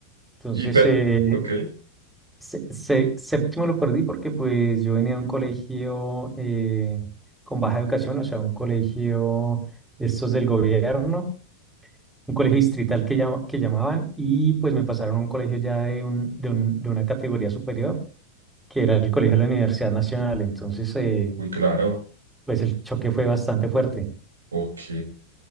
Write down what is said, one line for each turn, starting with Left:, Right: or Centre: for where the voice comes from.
Centre: Entonces,
Right: Y pe-
Centre: eh,
Right: ok,
Centre: se- se- séptimo lo perdí porque pues yo venía de un colegio eh, con baja educación, o sea, un colegio de estos del gobierno, un colegio distrital que, llama- que llamaban y pues me pasaron a un colegio ya de, un, de, un- de una categoría superior. que era el colegio de la Universidad Nacional. Entonces, eh,
Right: uy, claro,
Centre: pues el choque fue bastante fuerte.
Right: ok.